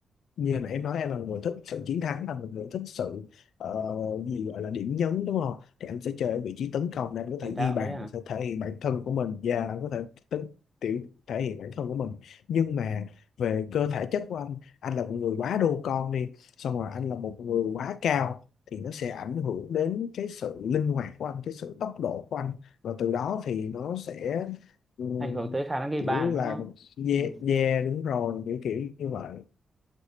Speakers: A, on the left; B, on the right.
A: như là em nói em là người thích sự chiến thắng là một người thích sự ờ, gì gọi là điểm nhấn đúng không thì anh sẽ chơi ở vị trí tấn công để anh có
B: tiền
A: thể
B: đạo
A: ghi bàn
B: đấy à?
A: có thể thể hiện bản thân của mình và anh có thể tính tiểu thể hiện bản thân của mình nhưng mà về cơ thể chất của anh anh là một người quá đô con đi xong rồi anh là một người quá cao thì nó sẽ ảnh hưởng đến cái sự linh hoạt của anh cái sự tốc độ của anh và từ đó thì nó sẽ ừ,
B: Ảnh hưởng tới khả năng ghi
A: kiểu
B: bàn đúng
A: là
B: không?
A: yeah,
B: Ừ.
A: yeah đúng rồi kiểu kiểu như vậy